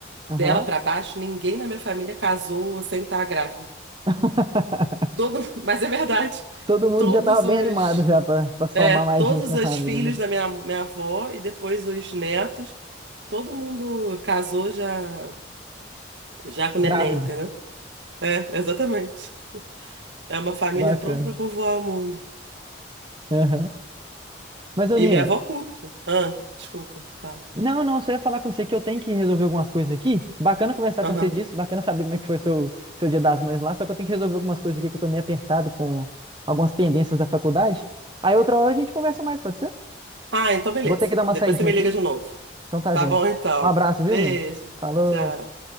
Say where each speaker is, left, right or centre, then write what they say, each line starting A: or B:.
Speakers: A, on the right (about 25°); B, on the right (about 70°).
A: Aham.
B: Dela pra baixo, ninguém na minha família casou sem estar grávida.
A: <laughs>
B: Todo, <laughs> mas é verdade.
A: Todo mundo
B: Todos
A: já tava bem
B: os,
A: animado já pra, pra somar
B: é, todos
A: mais gente na
B: os
A: família,
B: filhos
A: né?
B: da minha, minha avó e depois os netos, todo mundo casou já, já com
A: Grávido.
B: neném, entendeu? É, exatamente. É uma família
A: Bacana.
B: pronta para povoar o mundo.
A: Aham. Mas, ô
B: E
A: Nina,
B: minha avó curte. Ah, desculpa, fala.
A: Não, não, só ia falar com você que eu tenho que resolver algumas coisas aqui. Bacana conversar
B: Aham.
A: com você disso, bacana saber como é que foi seu, seu Dia das Mães lá, só que eu tenho que resolver algumas coisas aqui que eu tô meio apertado com algumas pendências da faculdade. Aí outra hora a gente conversa mais, pode ser?
B: Ah, então beleza.
A: Vou ter que dar uma
B: Depois
A: saidinha
B: você me
A: aqui.
B: liga de novo.
A: Então tá,
B: Tá
A: joia.
B: bom, então.
A: Um abraço, viu,
B: Beijo.
A: Nino? Falou.
B: Tchau.